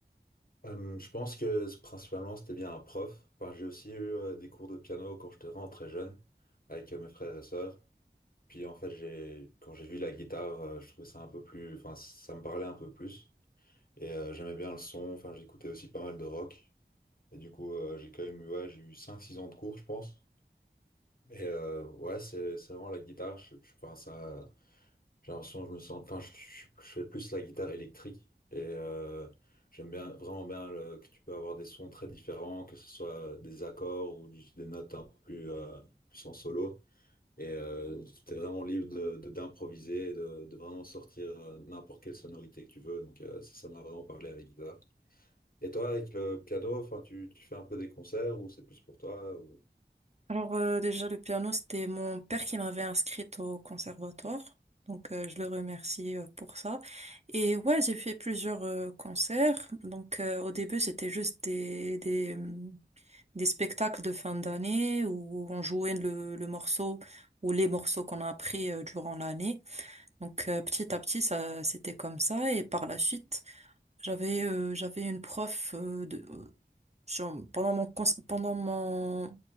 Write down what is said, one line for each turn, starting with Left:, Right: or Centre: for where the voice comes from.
Left: Euh, je pense que c- principalement c'était bien un prof. Enfin, j'ai aussi eu euh, des cours de piano quand j'étais vraiment très jeune avec euh, mes frères et sœurs. Puis en fait, j'ai quand j'ai vu la guitare, euh, je trouvais ça un peu plus, enfin, ça me parlait un peu plus et euh, j'aimais bien le son. Enfin, j'écoutais aussi pas mal de rock et du coup, euh, j'ai quand même eu, ouais, j'ai eu cinq, six ans de cours, je pense. Et euh, ouais, c'est c'est vraiment la guitare. Je, je pense à j'ai l'impression que je me sens. Enfin, je, je- je fais plus la guitare électrique et euh, j'aime bien vraiment bien le- que tu peux avoir des sons très différents, que ce soit des accords ou juste des notes un peu plus euh, plus en solo. Et euh, t'es vraiment libre de de- d'improviser, de, de vraiment sortir euh, n'importe quelle sonorité que tu veux. Donc euh, ça, ça m'a vraiment parlé avec la guitare. Et toi, avec le piano, enfin, tu tu fais un peu des concerts ou c'est plus pour toi ou...
Right: Alors euh, déjà le piano c'était mon père qui m'avait inscrite au conservatoire donc euh, je le remercie euh, pour ça et ouais j'ai fait plusieurs euh, concerts donc euh, au début c'était juste des des hum, des spectacles de fin d'année où on jouait le le morceau ou les morceaux qu'on a appris euh, durant l'année donc euh, petit à petit ça c'était comme ça et par la suite j'avais euh, j'avais une prof euh, de sur- pendant mon, cons- pendant mon,